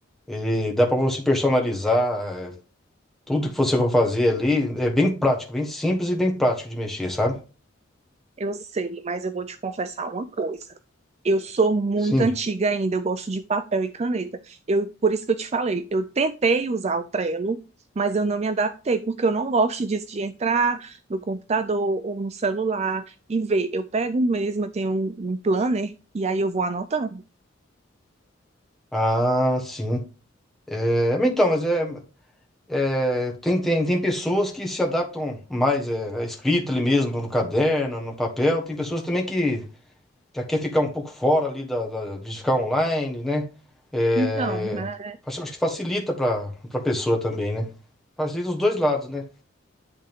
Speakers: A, in the centre; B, on the right (about 35°).
A: Ele dá para você personalizar é, tudo que você for fazer ali. É bem prático, bem simples e bem prático de mexer, sabe?
B: Eu sei, mas eu vou te confessar uma coisa. Eu sou muito
A: Sim.
B: antiga ainda, eu gosto de papel e caneta. Eu, por isso que eu te falei, eu tentei usar o Trello, mas eu não me adaptei, porque eu não gosto disso de entrar no computador ou no celular e ver. Eu pego mesmo, eu tenho um, um planner e aí eu vou anotando.
A: Ah, sim. É, mas então, mas é, é, tem, tem, tem pessoas que se adaptam mais é, à escrita ali mesmo, no caderno, no papel. Tem pessoas também que já quer ficar um pouco fora ali da, da- de ficar online, né? É,
B: Então, né?
A: acho acho que facilita para a pessoa também, né? Facilita os dois lados, né?